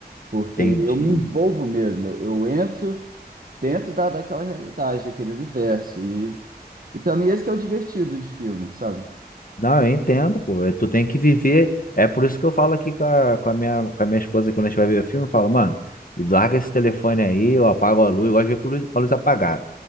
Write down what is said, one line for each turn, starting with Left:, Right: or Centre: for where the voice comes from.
Right: porque
Left: entendi.
Right: eu me envolvo mesmo, eu, eu entro dentro da, daquela realidade, daquele universo, e, e para mim esse que é o divertido de filme, sabe?
Left: Não, eu entendo, pô. É, Tu tem que viver. É por isso que eu falo aqui com a, com a minha, com a minha esposa quando a gente vai ver o filme, eu falo, mano, larga esse telefone aí, eu apago a luz, eu gosto de ver com luz- com a luz apagada.